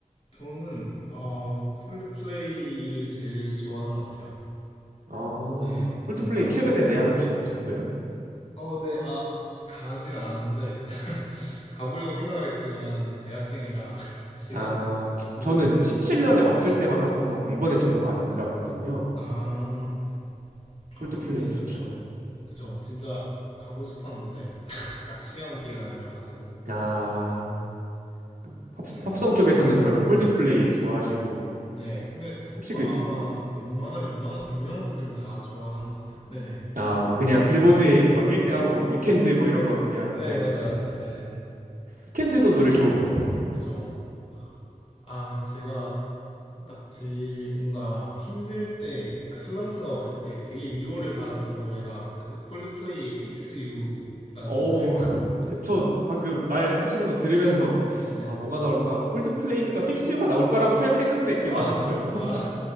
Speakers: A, on the left (about 45°); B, on the right (about 80°).
A: 저는 어, 콜드플레이를 제일 좋아하는 것 같아요.
B: 아,
A: 네,
B: 콜드플레이
A: 뭔가
B: 최근에 내한 혹시 가셨어요?
A: 어, 네, 아, 가진 않았는데 <laughs> 가보려고 생각을 했지만 대학생이라 <laughs> 시간이
B: 아,
A: 힘들었어요.
B: 저, 는그 17년에 왔을 때만 한번 가고 이번엔 저도 안 갔거든요.
A: 아, 아,
B: 콜드플레이
A: 근데
B: 좋죠.
A: 그죠, 진짜 가고 싶었는데 딱 시험 기간이라 가지고
B: 아, 그 팝,
A: 그랬었어요.
B: 팝송 쪽에서는 그러면 콜드플레이 좋아하시고
A: 네. 근데
B: 혹시
A: 뭐
B: 그
A: 아마 웬만한 유명한, 유명한 곡들은 다 좋아하는 것 같아요. 네네.
B: 아, 뭐 그냥 빌보드에 막 1등하고 뭐 위켄드 뭐 이런 거 그냥
A: 네,
B: 네.
A: 맞아, 맞아. 네.
B: 위켄드도 노래 좋은 것 같아요.
A: 그죠. 아, 제가 딱 제일 뭔가 힘들 때, 약간 슬럼프가 왔을 때 되게 위로를 받았던 노래가 그 콜드플레이의 Fix You라는
B: 어,
A: 노래가 있거든요.
B: <laughs> 저 방금 말 하시는 거 들으면서
A: 네.
B: 아, 뭐가 나올까? 콜드플레이니까 픽스 유가 나올까라고 생각했는데 그게
A: 아,
B: 맞았어요. <laughs>
A: 아,